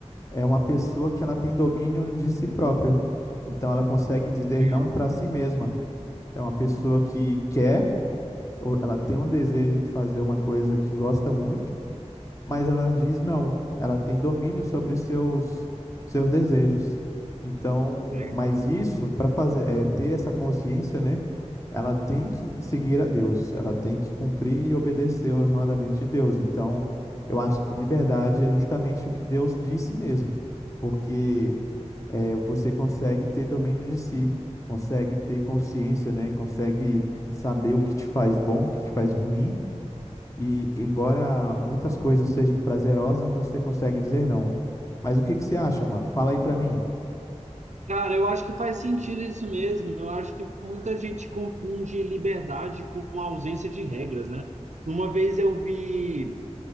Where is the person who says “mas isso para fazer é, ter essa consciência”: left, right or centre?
Left